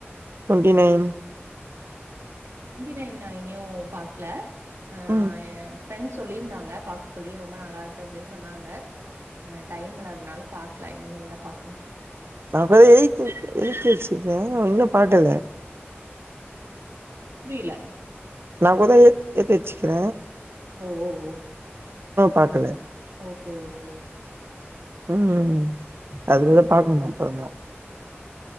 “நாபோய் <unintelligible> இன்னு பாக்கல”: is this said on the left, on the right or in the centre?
Right